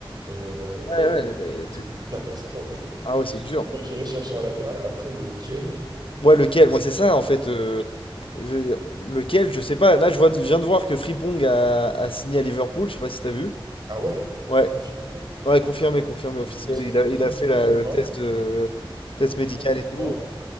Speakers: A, on the right (about 50°); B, on the left (about 75°).
A: euh,
B: Ouais, ouais, mais
A: c'est
B: c'est
A: une catastrophe, tu vois.
B: ah ouais, c'est dur.
A: Moi, j'irais chercher un latéral. Après, lequel?
B: Ouais, lequel? Moi, C'est ça en fait, heu, je lequel? Je sais pas. Là, je vois je viens de voir que Frimpong a a signé à Liverpool, je sais pas si t'as vu?
A: Ah ouais?
B: Ouais.
A: Confirmé
B: Ouais, confirmé, confirmé officiel.
A: Et du coup, ça
B: Il
A: fait
B: a,
A: Frimpong,
B: il a fait la-
A: c'est
B: le
A: mort.
B: test de test médical
A: Frimpong, c'est
B: et tout.
A: mort.
B: euh,